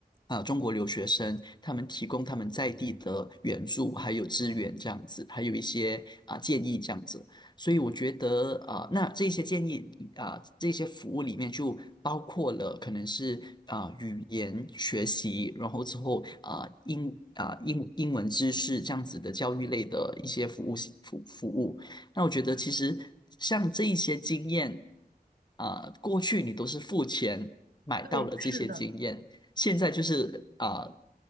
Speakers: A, on the left; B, on the right.
A: 啊，中国留学生他们提供他们在地的援助，还有资源这样子，还有一些啊建议这样子。所以我觉得啊、呃那这些建议啊、呃这些服务里面就包括了可能是啊、呃语言学习，然后之后啊、呃英啊、呃英英文知识这样子的教育类的一些服务服服务。那我觉得其实像这一些经验啊、呃过去你都是付钱买到了这些经验。
B: 对，是的。
A: 现在就是啊、呃